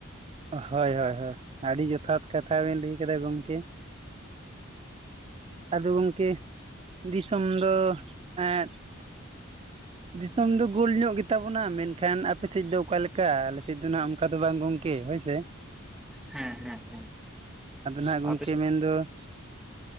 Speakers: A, on the right (about 25°); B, in the centre.
A: ᱦᱳᱭ ᱦᱳᱭ ᱦᱳᱭ ᱟᱹᱰᱤ ᱡᱚᱛᱷᱟᱛ ᱠᱟᱛᱷᱟ ᱵᱤᱱ ᱞᱟᱹᱭ ᱟᱠᱮᱫᱟ ᱜᱚᱢᱠᱮ ᱾ ᱟᱫᱚ ᱜᱚᱢᱠᱮ ᱫᱤᱥᱚᱢ ᱫᱚ ᱮᱸ ᱾ ᱫᱤᱥᱚᱢ ᱫᱚ ᱜᱳᱞ ᱧᱚᱜ ᱜᱮ ᱛᱟᱵᱚᱱᱟ ᱢᱮᱱᱠᱷᱟᱱ ᱟᱯᱮ ᱥᱮᱫ ᱫᱚ ᱚᱠᱟ ᱞᱮᱠᱟ ᱟᱞᱮ ᱥᱮᱫ ᱫᱚ ᱱᱟᱦᱟᱜ ᱾ ᱚᱱᱠᱟ ᱫᱚ ᱵᱟᱝ ᱜᱚᱝᱠᱮ ᱦᱳᱭ ᱥᱮ ᱾
B: ᱦᱮᱸ ᱦᱮᱸ ᱦᱮᱸ
A: ᱟᱫᱚ ᱱᱟᱦᱟᱜ ᱜᱚᱝᱠᱮ
B: ᱟᱯᱮ ᱥᱮᱫ
A: ᱢᱮᱱᱫᱚ ᱾